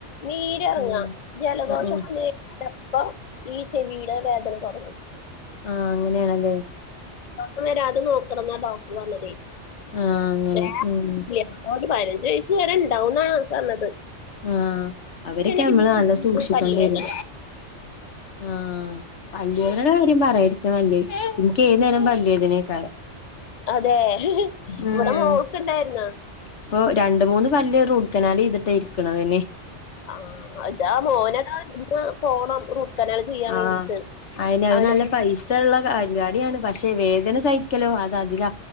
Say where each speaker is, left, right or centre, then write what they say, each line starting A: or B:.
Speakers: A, on the left; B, on the left.
A: നീരിറങ്ങാ
B: ഉം
A: ജലദോഷം
B: ആഹ് ആഹ്
A: വന്ന് അപ്പം ഈ ചെവിയുടെ വേദന തൊടങ്ങും
B: ആഹ അങ്ങനെയാണല്ലേ
A: ദൊവസം വരാതെ നോക്കണം എന്നാ ഡോക്ടർ പറഞ്ഞതേ
B: ആഹ് അങ്ങനെ
A: വേറെ
B: ഉം
A: ആ ഒരു പതിനഞ്ച് വയസ്സ് വരെ ഉണ്ടാവന്നാണ് പറഞ്ഞത്
B: ആ അവരൊക്കെ
A: പിന്നെ
B: നമ്മള്
A: പിന്നെ
B: നല്ല സൂക്ഷിക്കണ്ടി
A: പല്ലുവേദന
B: വരും ആഹ് പല്ല് വേദനയുടെ കാര്യം പറയാരിക്ക നല്ലത് ഇന്ക് ഏന്നേരം പല്ല് വേദനെക്കാരം
A: അതെ
B: ഉം
A: ഇവിടെ മോൾക്കുണ്ടായിരുന്നു
B: ഇപ്പൊ രണ്ട മൂന്ന് പല്ല് റൂട്ട് ക്കനാൽ ചെയ്തിട്ടായിരിക്കണ അതെ
A: ആ അതാ മോനൊക്കെ നിന്ന് പോണം റൂട്ട് കനാൽ ചെയ്യാൻ
B: ആഹ്
A: വേണ്ടിയിട്ട്
B: അയിന് അത്
A: അവനെ
B: നല്ല പൈസ ഉള്ള പരിപാടിയാണ് പക്ഷെ വേദന സഹിക്കലോ അത അതില